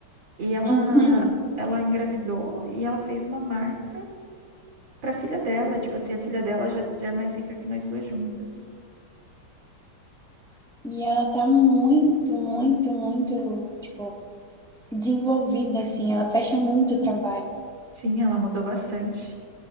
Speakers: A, on the right (about 80°); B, in the centre.
A: E ela,
B: Uhum.
A: ela engravidou e ela fez uma marca pra filha dela. Tipo assim, a filha dela já, já é mais rica que nós duas juntas.
B: E ela tá muito, muito, muito, tipo, desenvolvida, assim. Ela fecha muito o trabalho.
A: Sim, ela mudou bastante.